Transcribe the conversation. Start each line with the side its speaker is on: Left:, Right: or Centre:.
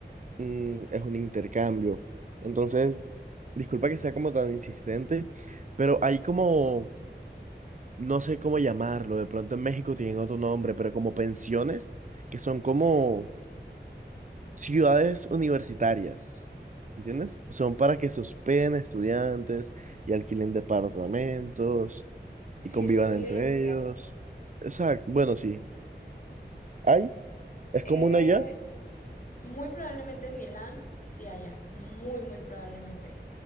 Right: mm, es un intercambio. Entonces, disculpa que sea como tan insistente, pero hay como, no sé cómo llamarlo, de pronto en México tienen otro nombre, pero como pensiones, que son como ciudades universitarias, ¿entiendes? Son para que se hospeden estudiantes y alquilen departamentos
Left: Sí,
Right: y convivan
Left: residencias.
Right: entre ellos. Exacto, bueno, sí. ¿Hay? ¿Es
Left: Eh,
Right: común allá?
Left: Muy probablemente en Milán sí haya, muy, muy probablemente.